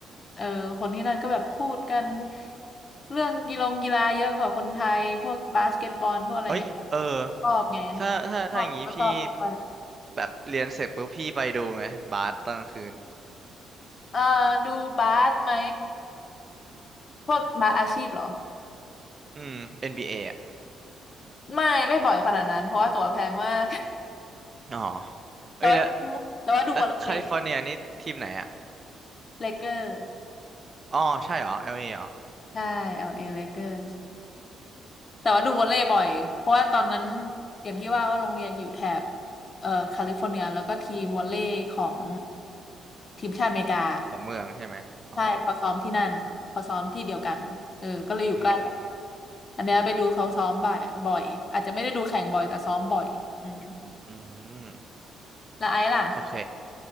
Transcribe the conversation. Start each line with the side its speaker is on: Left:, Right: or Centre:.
Left: เออคนที่นั่นก็แบบพูดกันเรื่องกีฬงกีฬาเยอะกว่าคนไทยพวกบาสเกตบอลพวกอะไรเงี้ย
Right: เอ้ยเออ
Left: ชอบไง
Right: ถ้าถ้าถ้าอย่างงี้พี่
Left: ชอบก็ชอบไป
Right: แบบเรียนเสร็จปุ๊บพี่ไปดูไหมบาสตอนกลางคืน
Left: เออดูบาสไหมพวกบาสอาชีพเหรอ
Right: อืม NBA อนบีเออ่ะ
Left: ไม่ไม่บ่อยขนาดนั้นเพราะว่าตั๋วแพงมาก
Right: อ๋อ
Left: แต่ว่าดูแต่ว่าดูวอลเลย์
Right: เอ้ยแล้วแล้วแคลิฟอร์เนียนี่ทีมไหนอ่ะ
Left: เลเกอร์
Right: อ๋อใช่เหรอ LA เอเหรอ
Left: ใช่เอลเอเลเกอร์แต่ว่าดูวอลเลย์บ่อยเพราะว่าตอนนั้นอย่างที่ว่าว่าโรงเรียนอยู่แถบเอ่อแคลิฟอร์เนียแล้วก็ทีมวอลเลย์ของทีมชาติอเมริกา
Right: ของเมืองใช่ไหมอ๋อ
Left: ใช่เขาซ้อมที่นั่นเขาซ้อมที่เดียวกันเออก็เลยอยู่ใกล้
Right: อืม
Left: อันเนี้ยไปดูเขาซ้อมบ่อยบ่อยอาจจะไม่ได้ดูแข่งบ่อยแต่ซ้อมบ่อยอืม
Right: อืม
Left: แล้วไอซ์ล่ะ
Right: โอเค